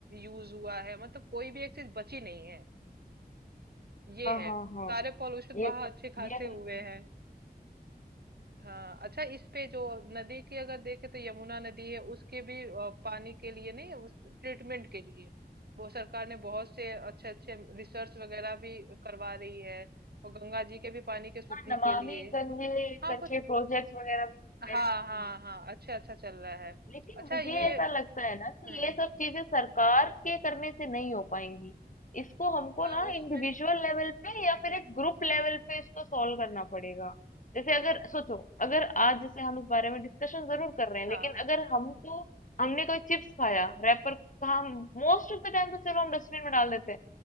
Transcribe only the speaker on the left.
हाँ
हाँ हाँ
ये
ये बात
है।
हाँ नमामि
गंगे
करके
प्रोजेक्ट वगैरह भी चल
रहे हैं।
लेकिन
मुझे
ऐसा लगता है ना कि
ये सब चीजें सरकार के करने से नहीं हो पाएंगी इसको हमको
ना
इंडिविजुअल लेवल पे या फिर एक ग्रुप लेवल पे इसको सॉल्व करना पड़ेगा जैसे अगर सोचो अगर आज जैसे हम इस बारे में डिस्कशन जरूर कर रहे हैं
लेकिन अगर
हमको हमने कोई चिप्स खाया रैपर हम मोस्ट ऑफ द टाइम तो चलो हम डस्टबिन में डाल देते हैं